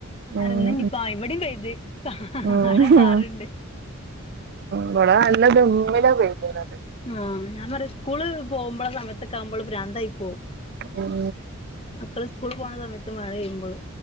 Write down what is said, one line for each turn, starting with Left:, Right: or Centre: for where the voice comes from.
Right: ഉം
Left: ഞാനിന്ന്ഞ്ഞ്പ്പോ ആഹ് ഇവടിം പെയ്ത്
Right: ഉം ഉം
Left: മഴ പാറ്ണ്ട്
Right: ഇവടെ നല്ല ദെമ്മിലാ പെയ്യ്ണത്
Left: ആഹ് ഞാൻ പറിയാ സ്കൂള് പോകുമ്പള്ള സമയത്തൊക്കെ അമ്മ്മ്പള് ഭ്രാന്തായി പോവും
Right: ഉം
Left: മക്കള് സ്കൂള് പോണ സമയത്ത് മഴെയ്യുമ്പള്